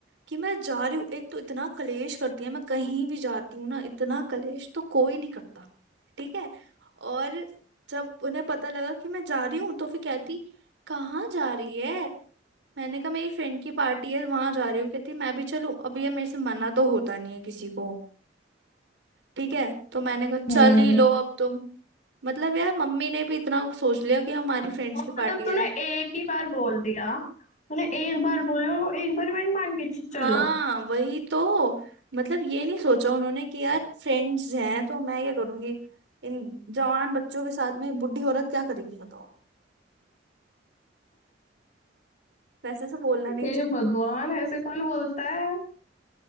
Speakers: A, on the right; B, on the left.
A: कि मैं जा रही हूँ एक तो इतना कलेश करती है मैं कहीं भी जाती हूँ ना इतना कलेश तो कोई नहीं करता ठीक है और जब उन्हें पता लगा कि मैं जा रही हूँ तो फिर कहती कहाँ जा रही है मैंने कहा मेरी फ्रेंड की पार्टी है वहां जा रही हूँ कहती मैं भी चलूँ अब ये मेरे से मना तो होता नहीं है किसी को ठीक है तो मैंने कहा
B: हम्म
A: चल ही लो अब तुम मतलब यार मम्मी ने भी इतना सोच लिया कि हमारी फ्रेंड्स
B: और
A: की पार्टी
B: मतलब तूने
A: है
B: एक ही बार बोल दिया तूने एक बार बोला और वो एक बार मैंने मान के च- चल
A: हाँ
B: लो
A: वही तो मतलब ये नहीं सोचा उन्होंने कि यार फ्रेंड्स हैं तो मैं क्या करूंगी इन जवान बच्चों के साथ में बूढ़ी औरत क्या करेगी बताओ वैसे से बोलना नहीं
B: हे
A: चाहिए
B: भगवान ऐसे कौन बोलता है